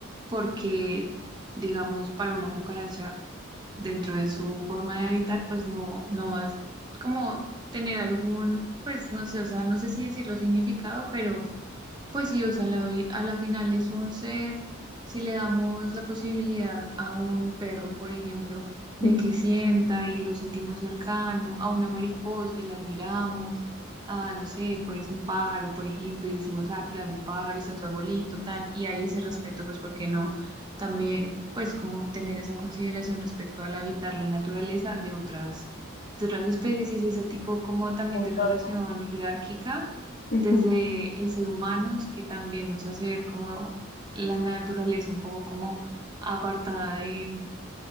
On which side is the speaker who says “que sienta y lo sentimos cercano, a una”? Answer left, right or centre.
Right